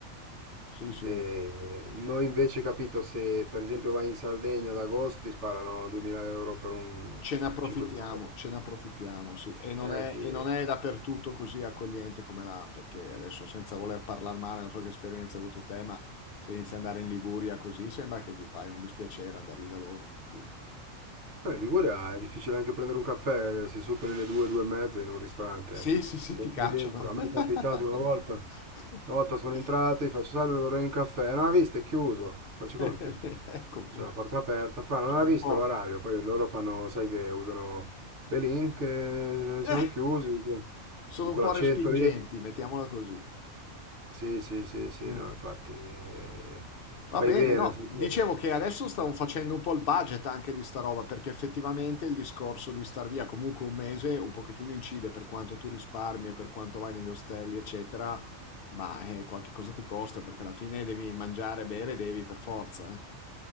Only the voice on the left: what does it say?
sì, sì.
Ce ne approfittiamo,
ce ne approfittiamo, sì. E non
è,
e non è dappertutto così accogliente come là, perché adesso senza voler parlare male, non so che esperienza hai avuto te, ma se inizi ad andare in Liguria così sembra che gli fai un dispiacere andar lì da loro, per cui...
Sì,
sì, sì,
ti
cacciano.
<laughs>
Ecco
appunto.
Sono
un po'...
eh,
Sono
un po' respingenti,
mettiamola così.
Mm.
Va bene,
no.
Dicevo
che adesso stavo facendo un po' il budget anche di sta roba, perché effettivamente il discorso di star via comunque un mese un pochettino incide per quanto tu risparmi e per quanto vai negli ostelli, eccetera, ma eh, qualche cosa ti costa perché alla fine devi mangiare, bere, devi per forza.